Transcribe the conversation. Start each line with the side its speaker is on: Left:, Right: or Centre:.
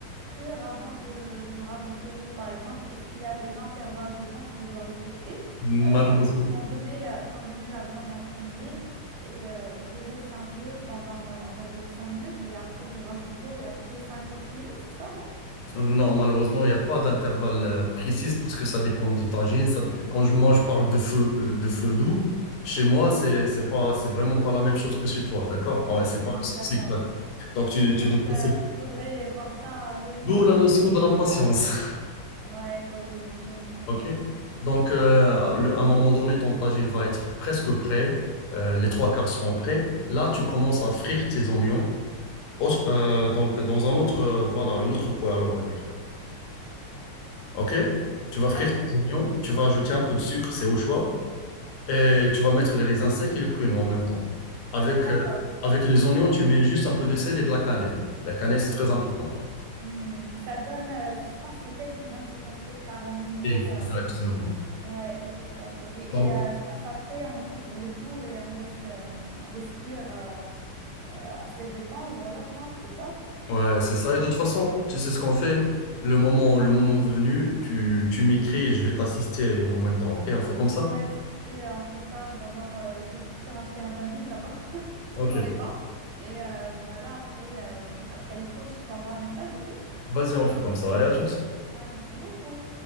Right: cuire avant de, de rajouter l'eau, par exemple? Est-ce qu'il y a des intervalles de temps que je dois respecter?
Left: Malheureusement,
Right: Euh, par exemple, quand je mets, euh, quand je mets la viande en premier et euh, je laisse un peu pendant, on va dire, 5 minutes et après je rajoute l'eau et après 5 autres minutes, c'est ça, non?
Left: Non, malheureusement, il n'y a pas d'intervalle euh, précis parce que ça dépend de ta gym. Ça- Quand je, moi, je parle de feu, euh, de feu doux, chez moi, c'est, c'est pas, c'est vraiment pas la même chose que chez toi, d'accord? Ah Ouais, c'est
Right: Hmm,
Left: pas le sens
Right: d'accord.
Left: exact. Donc, tu,
Right: Donc,
Left: tu dois passer.
Right: euh, faudrait voir ça à l'œil nu,
Left: D'où
Right: en
Left: la
Right: fait.
Left: notion de la patience,
Right: Ouais, ouais, j'imagine.
Left: <laughs>
Right: Ouais,
Left: ok?
Right: ok.
Left: Donc, euh, le- à un moment donné, ton tagine va être presque prêt. euh, les trois quarts seront prêts. Là, tu commences à frire tes oignons. Au- euh, donc, dans un autre, euh, voilà, une autre poêle, on va dire. OK? Tu vas frire
Right: Ok,
Left: tes oignons, tu vas ajouter un peu de sucre, c'est au choix, et tu vas mettre les raisins secs et le pruneau en même temps. Avec,
Right: d'accord.
Left: euh, avec les oignons, tu mets juste un peu de sel et de la cannelle. La cannelle, c'est très important.
Right: Hmm, Ça donne, euh, je pense que c'est elle qui donne cet aspect caramélisé.
Left: Exactement.
Right: euh. Ouais, ok, top. Ok. Et
Left: Donc,
Right: euh, je pense après, on couvre le tout et on laisse, euh, on laisse cuire euh, euh, assez de temps. Voilà, je pense, c'est ça.
Left: ouais, c'est ça. Et de toute façon, tu sais ce qu'on fait. Le moment, le moment venu, tu, tu m'écris et je vais t'assister en même temps. OK? On fait comme ça?
Right: Ouais, s'il te plaît, euh, on fait ça. D'abord, euh, je vais sortir acheter un tagine d'abord, <laughs> parce
Left: OK.
Right: que j'en ai pas. Et euh, voilà, après, euh, après les courses, je t'envoie un message, ok?
Left: Vas-y, on fait comme ça. Allez, à toutes.
Right: Allez, merci beaucoup.